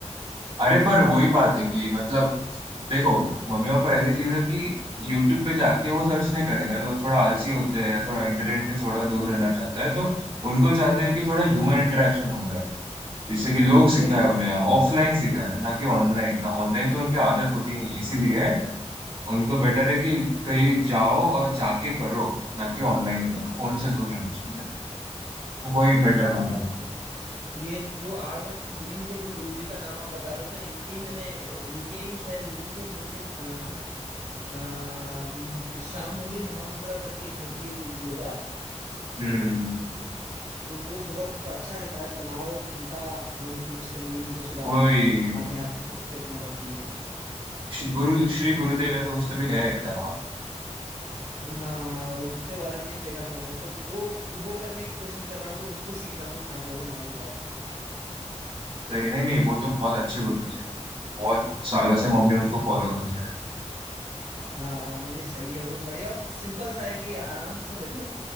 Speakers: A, on the right; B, on the right.
A: अरे पर वही बात है कि मतलब देखो मम्मी पापा ऐसी चीज है कि यूट्यूब पे जाके वो सर्च नहीं करेंगे लोग थोड़ा आलसी होते हैं थोड़ा इंटरनेट से थोड़ा दूर रहना चाहता है तो उनको चाहते हैं कि थोड़ा ह्यूमन इंटरेक्शन हो जाए जिससे कि लोग सिखाए
B: सही है सही
A: उन्हें
B: है
A: ऑफलाइन सिखाए ना कि ऑनलाइन ना ऑनलाइन तो उनकी आदत होती नहीं है इसीलिए उनको बेटर है कि कहीं जाओ और जाके करो ना कि ऑनलाइन करो फोन से दूर रहना चाहिए तो वही बेटर
B: हाँ
A: मानी
B: भाई भाई। ये जो आर्ट ऑफ लिविंग के जो गुरुजी का नाम आप बता रहे हो ना इनके ही मैंने इनके ही शायद इन्हीं के मुंह से एक सुना था अः शांभवी महामुद्रा करके एक होती है कोई योगा
A: हम्म
B: तो वो बहुत अच्छा रहता है तनाव और चिंता कम होती है उससे नींद में सुधार
A: वही
B: होता है आध्यात्मिक चेतना बढ़ती है
A: श्री- गुरु श्री गुरुदेव ऐसा कुछ तो भी है इनका
B: हाँ हाँ उनके बारे में ही देखा था मैंने तो वो वो करने की कोशिश कर रहा हूँ मैं उसको सीख रहा हूँ शाम भवी महामुद्रा को
A: सही है। नहीं नहीं वो तो बहुत अच्छे गुरु जी हैं। बहुत सालों से मम्मी उनको फॉलो करती है
B: हाँ हाँ, नहीं नहीं सही है वो बढ़िया और सिंपल सा है कि आराम से बैठो